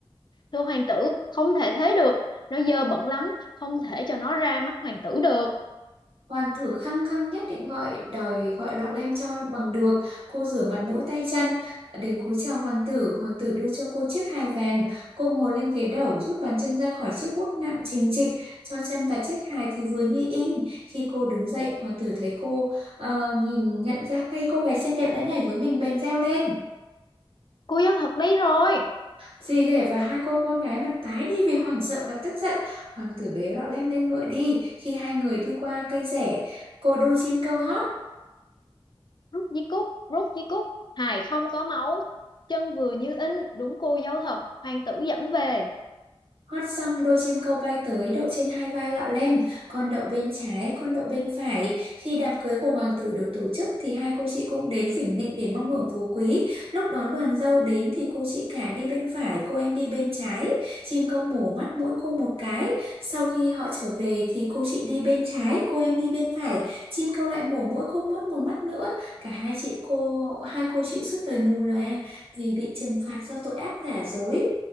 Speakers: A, on the left; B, on the right.
A: Thưa hoàng tử, không thể thế được, nó dơ bẩn lắm, không thể cho nó ra mắt hoàng tử được.
B: Hoàng thử khăng khăng nhất định gọi đòi gọi lọ lem cho bằng được. Cô rửa mặt mũi tay chân. Đến cúi chào hoàng tử, hoàng tử đưa cho cô chiếc hài vàng. Cô ngồi lên ghế đẩu, rút bàn chân ra khỏi chiếc guốc nặng trình trịch, cho chân và chiếc hài thì vừa như in. Khi cô đứng dậy, hoàng tử thấy cô ờ, nhìn nhận ra tay cô gái xinh đẹp đã nhảy với mình bèn reo lên.
A: Cô dâu thật đấy rồi,
B: Dì ghẻ và hai cô con gái mặt tái đi vì hoảng sợ và tức giận. Hoàng tử bế lọ lem lên ngựa đi. Khi hai người đi qua cây rẻ, cô đôi chim kêu hót.
A: rút di cúc, rút di cúc, hài không có máu, chân vừa như in, đúng cô dâu thật, hoàng tử dẫn về.
B: Hót xong đôi chim câu bay tới đậu trên hai vai lọ lem, con đậu bên trái, con đậu bên phải. Khi đám cưới của hoàng tử được tổ chức thì hai cô chị cũng đến phỉnh nịnh để mong hưởng phú quý. Lúc đón đoàn dâu đến thì cô chị cả đi bên phải, cô em đi bên trái. Chim câu mổ mắt mỗi cô một cái. Sau khi họ trở về thì cô chị đi bên trái, cô em đi bên phải. Chim câu lại mổ mỗi cô mốt một mắt nữa. Cả hai chị cô, hai cô chị suốt đời mù lòa vì bị trừng phạt do tội ác giả dối.